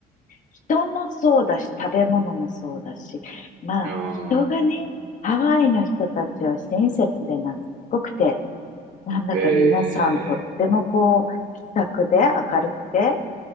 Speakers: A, on the left; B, on the right.
A: 人もそうだし、食べ物もそうだし、まあ、
B: あ
A: 人がね、
B: あ、
A: ハワイの人たちは親切で懐っこくて、なんだか皆さんとってもこう、
B: へえ。
A: 気さくで明るくて、